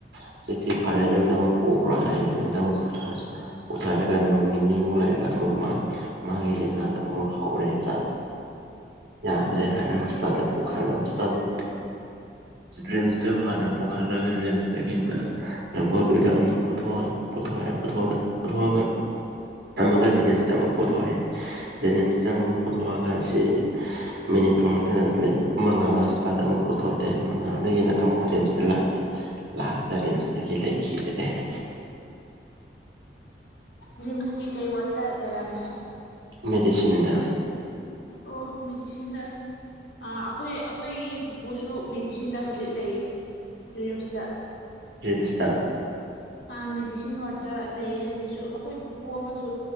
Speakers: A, on the right; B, on the left.
A: ꯍꯧꯖꯤꯛꯇꯤ ꯐꯔꯦ ꯌꯨꯝꯗ ꯑꯃꯨꯛ ꯄꯨꯈ꯭ꯔꯣ ꯍꯥꯏꯌꯦ ꯌꯨꯝꯗ ꯑꯃꯛ ꯄꯨꯊ ꯄꯨꯊꯔꯒ ꯅꯣꯡ ꯅꯤꯅꯤꯃꯨꯛ ꯂꯩꯔꯒ ꯑꯗꯨꯝ ꯃꯥ ꯃꯥꯒꯤ ꯂꯩꯅꯥꯥꯗ ꯑꯃꯨꯛ ꯍꯧꯔꯦꯗ ꯌꯥꯗ꯭ꯔꯦ ꯍꯥꯏꯅ ꯍꯣꯁꯇꯥꯜꯗ ꯄꯨꯈꯠꯂ ꯍꯣꯁꯄꯤꯇꯥꯜꯗ ꯔꯤꯝꯁꯇ ꯍꯥꯟꯅ ꯄꯨꯈꯠꯂꯒ ꯔꯤꯝꯁꯇꯒꯤꯅ ꯂꯝꯒꯣꯜ ꯚ꯭ꯌꯨꯗ ꯑꯃꯨꯛ ꯄꯨꯊꯣꯛꯑ ꯄꯨꯊꯣꯛꯑꯦ ꯄꯨꯊꯣꯛꯑꯒ ꯑꯃꯨꯛꯀ ꯖꯤꯅꯤꯝꯁꯇ ꯑꯃꯨꯛ ꯄꯨꯊꯣꯛꯑꯦ ꯖꯦꯅꯤꯝꯁꯇ ꯑꯃꯨꯛ ꯄꯨꯊꯣꯛꯑꯒ ꯁꯤ ꯃꯤꯅꯨ ꯊꯣꯡꯗ ꯂꯩ ꯃꯉꯥꯁꯨ ꯇꯥ ꯗ ꯑꯃꯨꯛ ꯄꯨꯊꯣꯛꯑꯦ ꯃꯉꯥꯗꯒꯤꯅ ꯑꯃꯨꯛ ꯔꯤꯝꯁꯇ ꯂꯥꯛꯑꯦ ꯂꯥꯁꯇ ꯔꯤꯝꯁꯇꯒꯤ ꯂꯩꯈꯤꯗ꯭ꯔꯦ <inaudible>
B: ꯔꯤꯝꯁꯀꯤ ꯀꯩ ꯋꯥꯠꯇ ꯂꯩꯔꯝꯃꯦ
A: ꯃꯦꯗꯤꯁꯤꯟꯗ
B: ꯑꯣ ꯃꯦꯗꯤꯁꯤꯟꯗ ꯑ ꯑꯩꯈꯣꯏ ꯑꯩꯈꯣꯏꯒꯤ ꯄꯨꯄꯨꯁꯨ ꯃꯦꯗꯤꯁꯤꯟꯗ ꯍꯧꯖꯤꯛ ꯂꯩꯌꯦ ꯔꯤꯝꯁꯇ
A: ꯔꯤꯝꯁꯇꯔ
B: ꯑ ꯃꯦꯗꯤꯁꯤꯟ ꯋꯥꯔꯗꯠꯇ ꯂꯩ ꯍꯧꯖꯤꯛꯁꯨ ꯑꯩꯈꯣꯏ ꯄꯨꯄꯨ ꯑꯃꯁꯨ